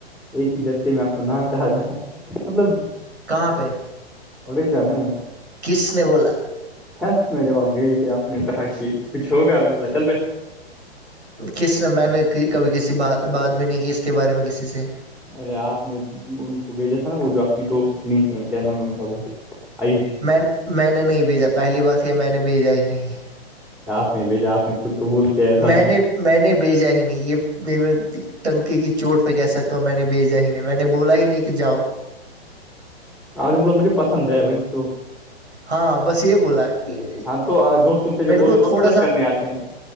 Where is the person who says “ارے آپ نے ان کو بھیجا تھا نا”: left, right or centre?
Centre